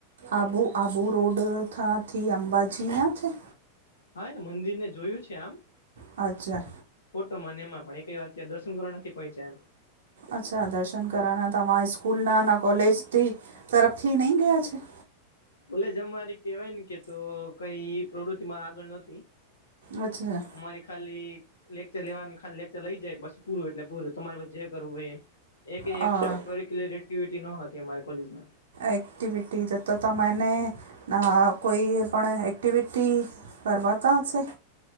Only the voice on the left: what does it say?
હાને મંદિરને જોયું છે આમ
ફોટોમાં અને એમાં પણ ક વાર ત્યાં દર્શન કરવા નથી પહોચ્યા એમ
બલે જ અમારી કેવાય ને કે તો કઈ પ્રવૃતિમાં આગળ નથી.
મારી ખાલી લેક્ચર લેવાનું, ખાલી લેક્ચર લઈ જાય બસ પૂરું એટલે પૂરું તમારે પછ જે કરવું હોય એ એકય
એક્સા કરિક્યુલર એક્ટિવિટી ન હતી અમારી કોલેજ. <unintelligible>